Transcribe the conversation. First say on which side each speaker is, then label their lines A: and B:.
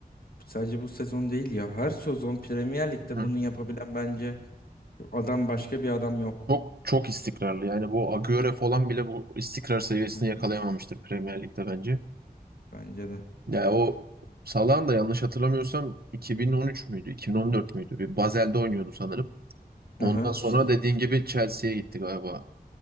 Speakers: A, on the left; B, on the right.
A: Sadece bu sezon değil ya. Her sezon Premier Lig'de
B: Hı.
A: bunu yapabilen bence adam başka bir adam yok.
B: Çok çok istikrarlı. Yani bu Agüero falan bile bu istikrar seviyesini
A: Hı hı.
B: yakalayamamıştır Premier Lig'de bence.
A: Bence de.
B: Ya o Salah'ın da yanlış hatırlamıyorsam 2013 müydü, 2014 müydü? Bir Basel'de oynuyordu sanırım. Ondan
A: Aha işte
B: sonra dediğin gibi Chelsea'ye gitti galiba.